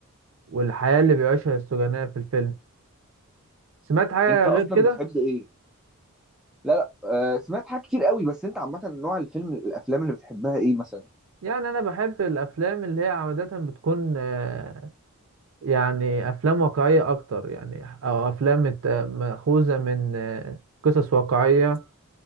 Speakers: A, on the right; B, in the centre.
A: والحياة اللي بيعيشها السجناء في الفيلم سمعت حاجة
B: انت اصلا
A: غير كده
B: بتحب ايه لا لا آه، سمعت حاجات كتير قوي بس انت عامه نوع الفيلم الافلام اللي بتحبها ايه مثلا
A: يعني انا بحب الافلام اللي هي عادة بتكون آه، يعني افلام واقعية اكتر يعني او افلام مت- مأخوذة من آه، قصص واقعية